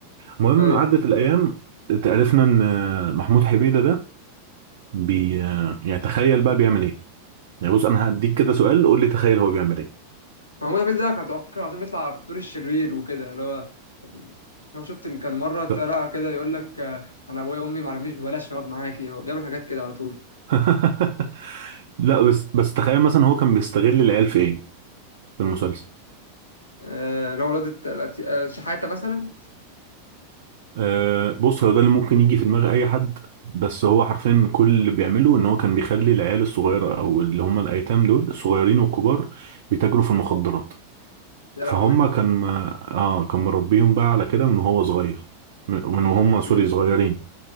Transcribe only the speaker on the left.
ايوه
محمود حميد ده كان على فكرة العظيم بيطلع في دور الشرير وكده اللي هو لو شفت اللي كان مرة طلع
كده بيقول لك آه، أنا أبويا وأمي ما علمنيش ببلاش أقعد معاكي هو بيعمل حاجات كده على طول
آه، لو ولادة الأت- آه، شحاتة مثلا
يا
لهوي
أمم